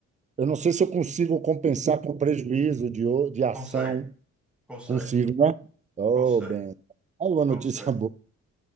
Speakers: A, on the right; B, in the centre.
A: Eu não sei se eu consigo compensar com prejuízo de, o- de ação.
B: Consegue, consegue,
A: Consigo, né? Oh,
B: consegue,
A: bem. Aí uma notícia
B: consegue.
A: <laughs> boa,